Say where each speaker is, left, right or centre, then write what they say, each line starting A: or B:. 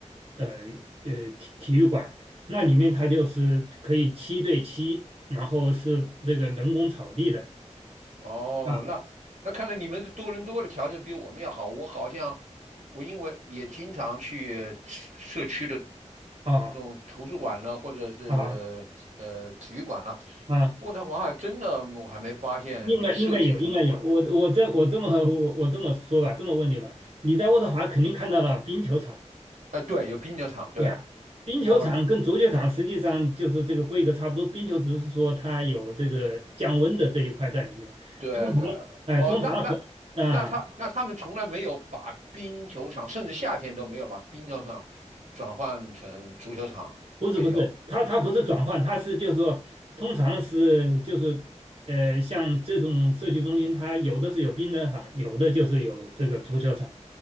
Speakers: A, on the right; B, on the right.
A: 呃呃体体育馆，那里面它就是可以七对七，然后是这个人工草地的
B: 哦，
A: 啊
B: 那那看来你们的多伦多的条件比我们要好。我好像我因为也经常去社社区的
A: 啊
B: 这种图书馆呢，或者是呃体育馆呢，
A: 啊啊。
B: 渥太华还真的我还没发现有社区图书馆。
A: 应该应该有，应该有。我我这我这么我我这么说吧，这么问你吧，你在渥太华肯定看到了冰球场，
B: 哎、对，有冰球场，对，
A: 对呀、冰球场跟足球场实际上就是这个规格差不多，
B: 哦，
A: 冰球只是说它有这个降温的这一块在里面。
B: 对对，
A: 通常，哎、
B: 哦，
A: 通常很啊、
B: 那那那他那他们从来没有把冰球场，甚至夏天都没有把冰球场转换成足球场，
A: 不是不是，
B: 没有。
A: 它它不是转换，它是就是说，通常是就是呃，像这种社区中心，它有的是有冰的场，有的就是有这个足球场